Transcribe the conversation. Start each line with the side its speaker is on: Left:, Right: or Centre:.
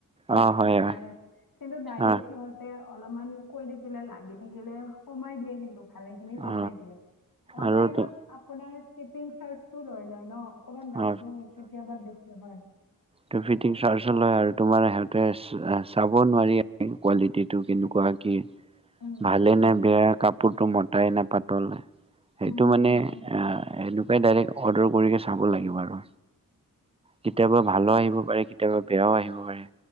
Right: অ
Left: বস্তুবিলাক
Right: হয় হয়
Left: আহে কিন্তু ডাইৰেক
Right: অ
Left: সিহঁত তে অলপমান কৈ থাকিলে লাগি থাকিলে কমাই দিয়ে কিন্তু ভালেখিনি
Right: অ
Left: কমাই দিয়ে। অনলাইনত
Right: আৰু তো
Left: আপোনাৰ শ্বিপিং চাৰ্জটো লৈ লয় ন'? অকমান দামটো
Right: অ
Left: কেতিয়াবা বেছি হয়।
Right: তোৰ ফিটিং চাৰ্জো লয় আৰু তোমাৰ সিহঁতে চা এ চাব নোৱাৰি কোৱালি টিটো কেনেকুৱা কি
Left: উম,
Right: ভালে
Left: উম,
Right: নে বেয়া কাপোৰটো মতাই নাপা তলে সেইটো
Left: উম,
Right: মানে
Left: উম,
Right: আ
Left: উম।
Right: সেনেকুৱা ডাইৰেক্ট অৰ্ডৰ কৰিকে চাব লাগিব আৰু কেতিয়াবা ভালো আহিব পাৰে কেতিয়াবা বেয়াও আহিব পাৰে।